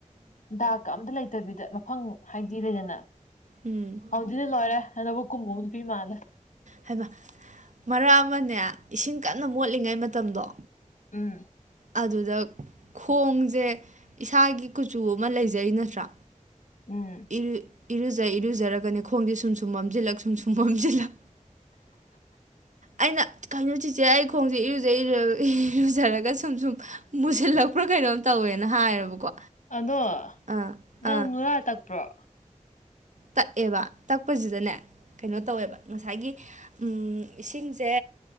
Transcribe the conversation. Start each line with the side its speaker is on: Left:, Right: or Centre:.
Left: ꯗꯥꯛ ꯀ ꯑꯝꯇ ꯂꯩꯇꯕꯤꯗ ꯃꯐꯝ ꯍꯥꯏꯕꯗꯤ ꯂꯩꯗꯅ
Right: ꯎꯝ
Left: ꯍꯧꯖꯤꯗꯤ ꯂꯣꯏꯔꯦ ꯂꯧꯕꯨꯛ ꯀꯨꯝꯃꯨꯕ ꯅꯨꯄꯤ ꯃꯥꯜꯂꯦ꯫
Right: ꯍꯩꯃ ꯃꯔꯛ ꯑꯃꯅꯦ ꯏꯁꯤꯡ ꯀꯟꯅ ꯃꯣꯠꯂꯤꯉꯩ ꯃꯇꯝꯗꯣ꯫
Left: ꯎꯝ
Right: ꯑꯗꯨꯗ ꯈꯣꯡꯖꯦ ꯏꯁꯥꯒꯤ ꯀꯨꯆꯨ ꯑꯃ ꯂꯩꯖꯩ ꯅꯠꯇ꯭ꯔꯥ꯫
Left: ꯎꯝ
Right: ꯏꯔꯨ ꯏꯔꯨꯖ ꯏꯔꯨꯖꯔꯒꯅꯦ ꯈꯣꯡꯖꯦ ꯁꯨꯝ ꯁꯨꯝ ꯃꯝꯖꯤꯜꯂꯛ ꯁꯨꯝ ꯁꯨꯝ ꯃꯝꯖꯤꯜꯂꯛ ꯑꯩꯅ ꯀꯩꯅꫭ ꯆꯤꯆꯦ ꯑꯩ ꯈꯣꯡꯖꯦ ꯏꯔꯨꯖ ꯏꯔꯨꯖꯔ ꯏꯔꯨꯖꯔꯒ ꯁꯨꯝ ꯁꯨꯝ ꯃꯨꯁꯤꯜꯂꯛꯄ꯭ꯔꯥ ꯀꯩꯅꯣꯝ ꯇꯧꯋꯦꯅ ꯍꯥꯏꯔꯕꯀꯣ꯫
Left: ꯑꯗꯣ
Right: ꯑꯥ ꯑꯥ
Left: ꯅꯪ ꯅꯨꯔꯥ ꯇꯛꯄ꯭ꯔꯣ꯫
Right: ꯇꯛꯑꯦꯕ ꯇꯛꯄꯖꯤꯗꯅꯦ ꯀꯩꯅꯣ ꯇꯧꯋꯦꯕ ꯉꯁꯥꯏꯒꯤ꯫ ꯎꯝ ꯏꯁꯤꯡꯁꯦ